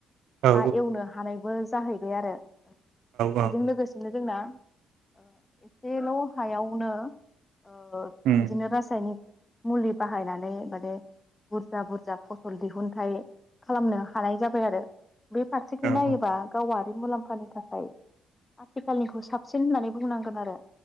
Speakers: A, on the right; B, on the left.
A: औ
B: हा एवनो हानायबो जाहैबाय आरो बेजों
A: औ
B: लोगोसेनो जोंना ओ एसेल' हायावनो ओ
A: उम
B: बिदिनो रासायनिक मुलि बाहायनानै माने बुरजा बुरजा फसल दिहुनथाइ खालामनो हानाय जाबाय आरो। बे फारसेथिं
A: औ
B: नायोबा
A: औ औ
B: गावा बे मुलाम्फानि थाखाय आथिखालनिखौ साबसिन होननानै बुंनांगोन आरो।